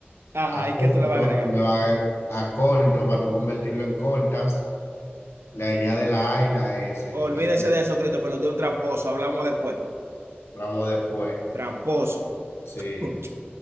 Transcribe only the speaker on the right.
Ajá,
¿y
qué tú le vas a agregar?
Olvídese
de eso, Christopher, lo de un tramposo. Hablamos después.
Tramposo.
<laughs>